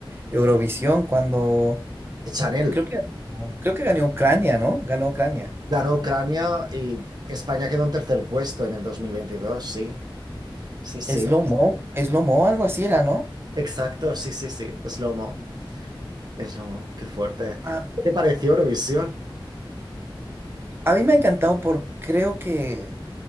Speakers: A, on the right; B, on the right.
A: Eurovisión cuando
B: Chanel
A: creo que creo que ganó Ucrania, ¿no? Ganó Ucrania.
B: ganó Ucrania y España quedó en tercer puesto en el 2022. sí, sí, sí,
A: Slow Mo, Slow Mo, algo así era, ¿no?
B: exacto, sí, sí, sí, es Lomo, es Lomo, qué fuerte.
A: Ah,
B: ¿Qué te pareció Eurovisión?
A: a mí me ha encantado porque creo que